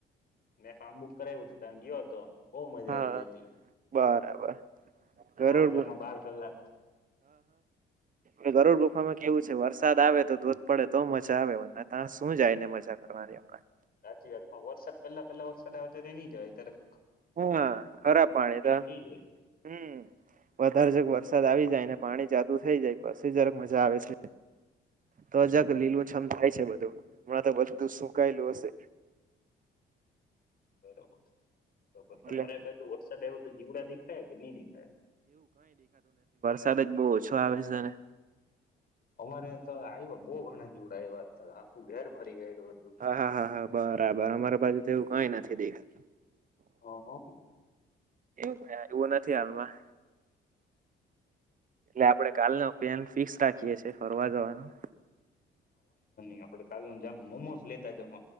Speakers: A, on the left (about 50°); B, on the right (about 40°).
A: મે ફારમ બુક કરાવ્યું હતું. ત ગયો હતો. બહ મજા
B: હા
A: આવી હતી
B: બરાબર
A: ત્રણ
B: ગરુડ
A: હજાર
B: ગુ
A: માં બાર કલાક.
B: ગરડ ગુફામાં કેવું છે વરસાદ આવે તો ધોધ પડે તો મજા આવે ત્યાં શું જાય ને મજા કરવાની હમણાં.
A: સાચી વાત માં વરસાદ પેલા પેલા વરસાદ આવે ત તો્યારે હી જવા તર.
B: હા હા ખરાબ પાણી તો
A: થઈ જાય
B: હમ વધારે જગ વરસાદ આવી જાય ને. પાણી જાદુ થઈ જાય પછી જરાક મજા આવે છે તો જક લીલું છમ થાય છે બધું હમણાં તો બધું સુકાયેલું હશે.
A: બરોબર. બબ
B: એટલે
A: તમારે બાજુ વરસાદ આવ્યો તો જીવડા દેખાયા કે નહી દેખાયા.
B: સાથે જ બહુ ઓછો આવે છે તને.
A: અમારે તો આવ્યા બહુ ઘણા જીવડા આવ્યા આખું ઘેર ભરી ગયેલું હતું
B: હા હા હા હા બરાબર અમારે પાજુ તો એવું કઈ નથી દેખાત.
A: હ હ.
B: એવું ક એવું નથી હાલમાં. એટલે આપડે કાલને ઓપિનન ફિક્સ રાખીએ છીએ. ફરવા જવાનું.
A: આપણે કા મોમોસ લેતા જ